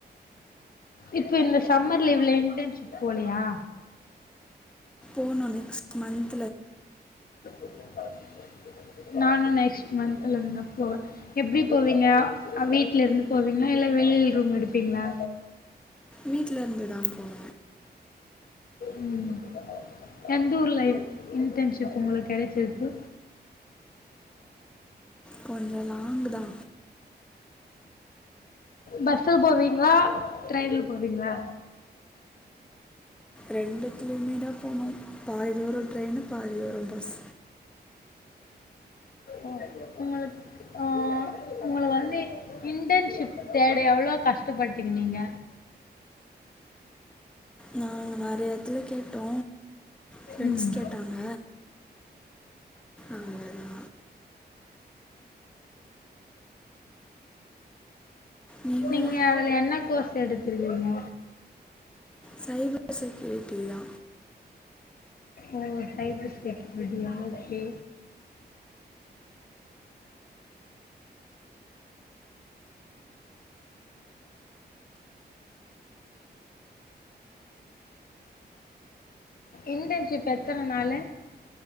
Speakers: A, on the left; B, in the centre.
A: இப்ப இந்த சம்மர் லீவ்ல இன்டன்ஷிப் போலயா
B: போனு நெக்ஸ்ட் மந்த்
A: <inaudible> நானு நெக்ஸ்ட் மந்த்லேருந்துதா போவ எப்டி போவீங்க வீட்லேருந்து போவீங்களா இல்ல வெளில ரூம் எடுப்பீங்களா
B: வீட்லேருந்துதா போவ
A: ம் எந்தூர்ல இன் இன்டன்ஷிப் உங்களுக் கெடச்சிருக்கு
B: கொஞ்ச லாங்குதா
A: பஸ்ல போவீங்களா ட்ரெயின்ல போவீங்களா
B: ரெண்டுதுலையுமேதா போனோ பாதி தூர ட்ரெயினு பாதி தூர பஸ்
A: ஓ உங்களுக் ஓ உங்கள வந்து இன்டன்ஷிப் தேட எவ்ளோ கஷ்டபட்டிருந்தீங்க
B: நானு நறைய த்துல கேட்டோ ஃப்ரெண்ட்ஸ்
A: ம்
B: கேட்டாங்க அவ்ளதா நீங்கள்
A: நீங்க அதுல என்ன கோர்ஸ் எடுத்துருக்கீங்க
B: சைபர் செக்யூரிட்டியா
A: ஓ சைபர் செக்யூரிட்டியா ஓகே இன்டன்ஷிப் எத்தன நாளு